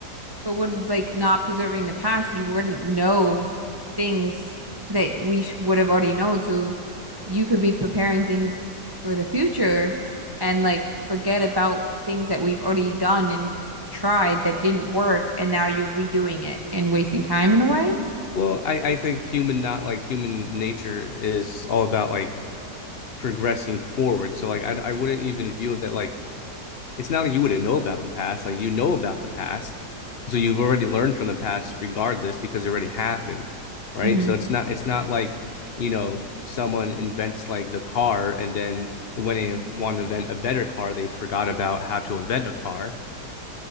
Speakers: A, on the right; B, on the left.
A: but would like not preserving the past, you wouldn't know things that we sh would have already known. So you could be preparing things for the future and like forget about things that we've already done and tried that didn't work, and now you're redoing it and wasting time in a way.
B: Well, I, I think human not like human nature is all about like progressing forward. So like I I wouldn't even view it that like it's not like you wouldn't know about the past. Like you know about the past. So you've already learned from the past regardless because it already happened. Right.
A: Mm-hmm.
B: So it's not it's not like, you know, someone invents like the car and then when they want to invent a better car, they forgot about how to invent a car,